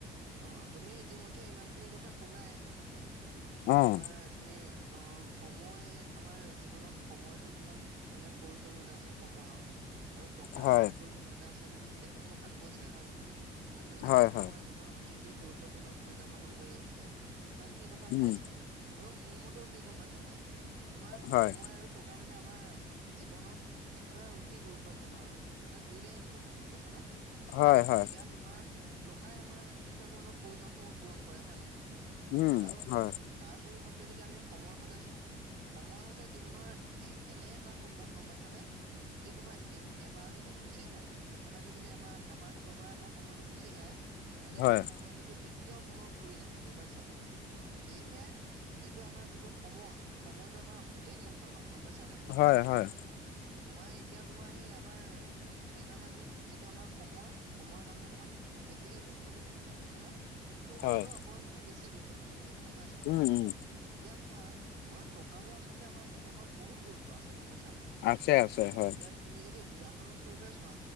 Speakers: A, on the right; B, on the left.
A: অঁ' তুমি ইতিমধ্যে ইমানখিনি কথা ক'লাই হয় নহয়,
B: অ'।
A: তোমাৰ- তুমি অঁ সময় আমাৰ জীৱনত সময়টো কিমান মানে প্ৰয়োজনীয়তা আছে- সময়ৰ আৰু টকাৰ
B: হয়,
A: কিমান প্ৰয়োজনীয়তা আছে তুমি গোটেইখিনি কথা কৈছা হয় নহয়? আৰু দুইটা
B: হয়,
A: বস্তু
B: হয়,
A: আমাৰ
B: হয়,
A: জীৱনত কি কি গুৰুত্বপূৰ্ণ ভূমিকা পালন কৰি আহিছে ইমানখিনি কথ-
B: হয়,
A: থা
B: হয়। উম।
A: কৈছাই। আৰু মোৰ মতেও কি গম পাইছা নাই তোমাৰ
B: হয়,
A: সময় আৰু- টকা মানে আমাৰ জীৱনত একেবাৰে অতি গুৰুত্বপূৰ্ণ আৰু। মানে দুইোটাই ইম্পৰ্টেণ্ট গম পাইছ নে?
B: হয়, হয়।
A: এতিয়া তোমাৰ টকাই আমাৰ- বিভিন্ন ধৰণৰ প্ৰয়োজনসমূহ পূৰণ কৰে, হয় নহয়?
B: উম
A: আৰু
B: হয়
A: তাৰ পৰিৱৰ্তে যদি আমি সময়ৰ ফালে চাওঁ সময় হৈছে জীৱনৰ এক এনে এটা সম্পদ গম পাইছানে যি তোমাৰ এম এবাৰ যদি গুচি যায় কেনেবাকৈ যদি আমাৰ আমাৰ হাতৰ পৰা এবাৰ সময়টো গুচি যায় মানে
B: হয়,
A: সেই সময় কিন্তু কেতিয়াও পুনৰ ঘূৰি নাহে গম পাইছা সেয়েহে এইটো আমাৰ যিটো সময় সময়টো আমাৰ অধিক মূল্যবান গম পাইছা নাই।
B: হয় হয়
A: হয় হয় তোমাৰ এতিয়া তোমাৰ সেই আমাৰ সেইকাৰণে আমি যিটো আমাৰ সময় সময়ক আমি অকণমান বেছিকে গুৰু গুৰুত্ব দিব লাগে গম পাইছা নে টকাতকৈ
B: হয়।
A: অকনমান মানে বেছি গুৰুত্ব দিব লাগে বুজি পাইছা।
B: উম উম
A: এতিয়া চোৱা আমাৰ টকাৰো আচলতে আমাৰ জীৱনত বহুত গুৰুত্ব আছে গম পাইছা নাই
B: আছে আছে হয়
A: এতিয়া তুমি যদি উদাহৰণস্বৰূপে চোৱা